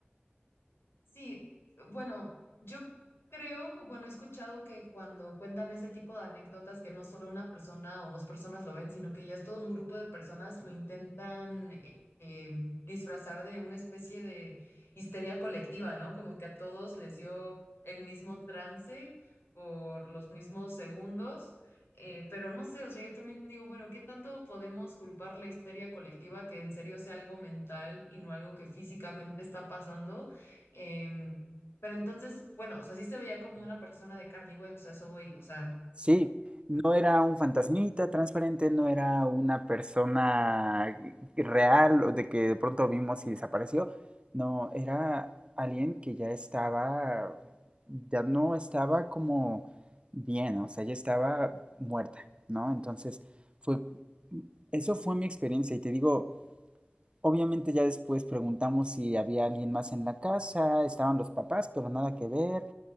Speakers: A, on the left; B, on the right.
A: Sí, bueno, yo creo, bueno, he escuchado que cuando cuentan este tipo de anécdotas, que no solo una persona o dos personas lo ven, sino que ya es todo un grupo de personas lo intentan eh, eh, disfrazar de una especie de histeria colectiva, ¿no? Como que a todos les dio el mismo trance por los mismos segundos. eh, pero no sé, o sea, yo también digo, bueno, ¿qué tanto podemos culpar la histeria colectiva que en serio sea algo mental y no algo que físicamente está pasando? Em, pero entonces, bueno, o sea, sí se veía como una persona de carne y hueso, a eso voy, o sea,
B: Sí, no era un fantasmita transparente, no era una persona eh, real o de que de pronto vimos y desapareció. No, era alguien que ya estaba, ya no estaba como bien, o sea, ya estaba muerta, ¿no? Entonces, fue, mm, eso fue mi experiencia y te digo, obviamente ya después preguntamos si había alguien más en la casa, estaban los papás, pero nada que ver.